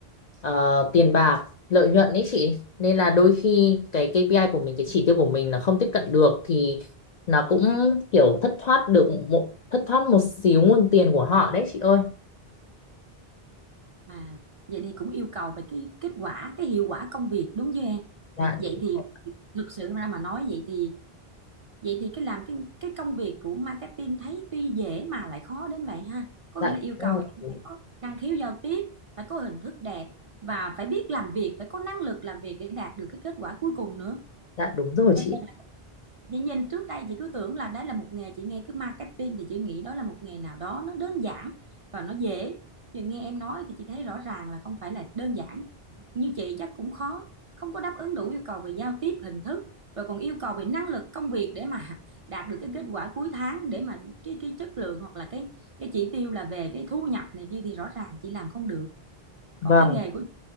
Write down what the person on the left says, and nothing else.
ờ, tiền bạc, lợi nhuận đấy chị. Nên là đôi khi cái KPI của mình, cái chỉ tiêu của mình là không tiếp cận được thì nó cũng kiểu thất thoát được một thất thoát một xíu nguồn tiền của họ đấy chị ơi.
Dạ
đúng
rồi.
Dạ
đúng
rồi.
Dạ đúng rồi
chị.
Vâng.